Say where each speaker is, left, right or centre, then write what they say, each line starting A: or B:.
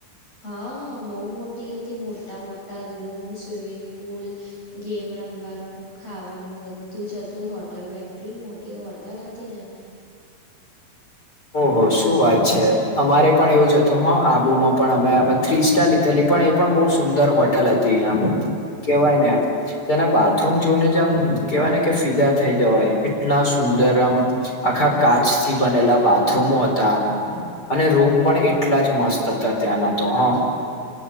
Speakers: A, on the left; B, on the left.
A: હા બઉ મોટી હતી મોટા-મોટા રૂમ સ્વિમિંગ પુલ ગેમ રમવાનું ખાવાનું બધું જ હતું હોટલમાં એટલી મોટી હોટલ હતી ને.
B: ઓહો શું વાત છે અમારે પણ એવું જ હત તું હો આબુમાં પણ અમે અમે થ્રી સ્ટાર લીધેલી પણ એ પણ બઉ સુંદર હોટલ હતી આમ કેવાય ને તેના બાથરૂમ જોઈને જ આમ કેવાય ને કે ફીદા થઈ જવાય એટલા સુંદર આમ આખા કાચથી બનેલા બાગ થ્રુમો હતા અને રૂમ પણ એટલા જ મસ્ત હતા ત્યાંના તો હ
A: હ